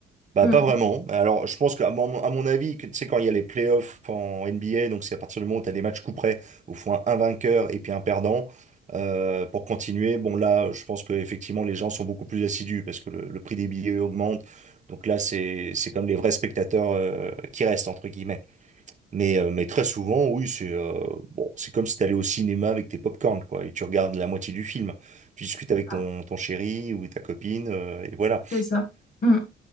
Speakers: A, on the right; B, on the left.
A: Bah,
B: Mm.
A: pas vraiment. Alors, je pense qu'à mon, à mon avis, que, tu sais, quand il y a les playoffs en NBA, donc c'est à partir du moment où tu as des matchs coup près, au il un, vainqueur et puis un perdant, euh, pour continuer, bon là, je pense que effectivement les gens sont beaucoup plus assidus parce que le, le prix des billets augmente. Donc là, c'est, c'est comme les vrais spectateurs, euh, qui restent, entre guillemets. Mais, euh, mais très souvent, oui, c'est euh, bon, c'est comme si tu allais au cinéma avec tes pop-corn quoi, et tu regardes la moitié du film. Tu discutes avec
B: Ah,
A: ton, ton chéri ou ta copine, euh, et voilà.
B: C'est ça. Mm.